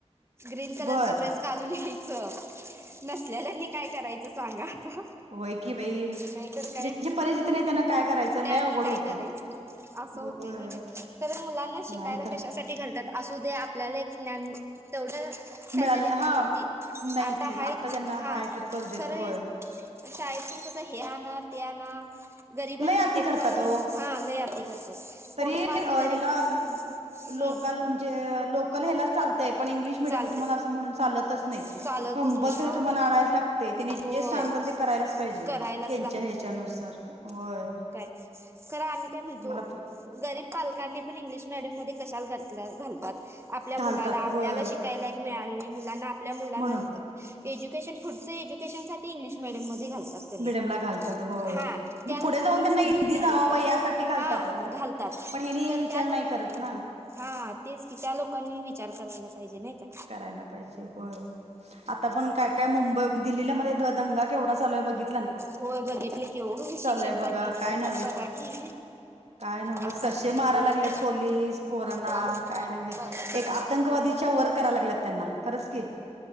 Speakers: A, on the right (about 20°); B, on the right (about 65°).
A: ग्रीन कलरचा
B: बर
A: ड्रेस घालून यायच नसल्याल्यांनी काय करायचं सांगा आता
B: होय की बाई
A: नाहीतर काय.
B: ज्याची परिस्थिती नाही त्यांना काय करायचं
A: त्यांनी
B: लय अवघड
A: काय
B: होते
A: करायचं असं
B: होय
A: होत नाही का? खरं मुलांना शिकायला
B: नाही खरं
A: कशासाठी घालतात असू दे आपल्याला एक ज्ञान तेवढं फॅसलिटी
B: मिळाल नाही हा
A: नव्हती
B: नाही होती
A: आता हायत
B: त्यांना
A: हा
B: हाय तर करू देत
A: खरं
B: होय
A: अन शाळेत पण कसं हे आणा ते आणा गरिबांनी
B: लय अती
A: पोट
B: करतात
A: मारून
B: ओ
A: हा लय अती करतात.
B: तरी
A: पोट मारून
B: ह्याला
A: गरिबांनी
B: लोकल
A: हं,
B: म्हणजे लोक लोकल ह्याला चालतय पण इंग्लिश मीडियम
A: चालते
B: ला तुम्हाला अस म्हणून चालतच नाही
A: चालतच
B: कंपल्सरी
A: नाही हां
B: तुम्हाला आणायलाच लागतय ते त्यांनी
A: होय
B: जे सांगल ते करायलाच पाहिजे
A: करायलाच
B: त्यांच्या ह्याच्यानुसार होय.
A: करा आम्ही काय म्हणतो
B: मला
A: गरीब पालकांनी पण इंग्लिश मडियम मध्ये कशाला घातल घालतात आपल्या
B: घालतात
A: मुलाला आपल्याला
B: होय
A: शिक काय लायक मिळालं नाही मुलांना आपल्या मुलांना
B: म्हणून
A: एज्युकेशन फुटत शसाठी इंग्लिश मिडयम मध्ये घालतात का नाही
B: मिडियमला घालतात होय.
A: हा
B: म्हणजे
A: त्या लोकांनी
B: पुढे जाऊन त्यांना
A: समजून
B: इझी
A: घ्यायला
B: जावावं
A: पाहिजे
B: यासाठी घालतात
A: हा
B: हो.
A: घालतात
B: पण हेनी
A: तर
B: विचार
A: त्या लोकांना
B: नाही करत ना
A: हा तेच की त्या लोकांनी विचार करायला पाहिजे नाही का?
B: करायला पाहिजे होय. आता पण काय-काय मुंबई दिल्लीला मध्ये दंगा केवढा चालू आहे बघित
A: होय बघितले की होय शिक्षणसाठी
B: आहे बघा काय नव्हेच.
A: बघा की.
B: काय नव्हच
A: अस
B: कसे मारा
A: होय
B: लागलेत
A: की
B: पोलीस पोरना,
A: बाप
B: काय नव्हेच
A: बघा केवढं.
B: एक आ तंकवादीच्या वर करायां लागल्यात. त्यांना खरंच की